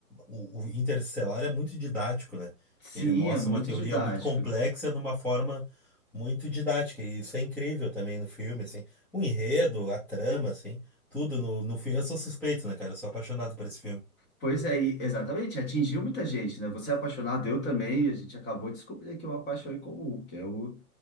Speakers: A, in the centre; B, on the left.
A: o, o Interestelar é muito didático, né?
B: Sim,
A: Ele mostra
B: é muito
A: uma teoria
B: didático.
A: muito complexa de uma forma muito didática. E isso é incrível também no filme, assim. O enredo, a trama, assim, tudo no, no filme. Eu sou suspeito, né, cara? Eu sou apaixonado por esse filme.
B: Pois é, e- exatamente, atingiu muita gente, né? Você é apaixonado, eu também, e a gente acabou de descobrir aqui uma paixão em comum, que é o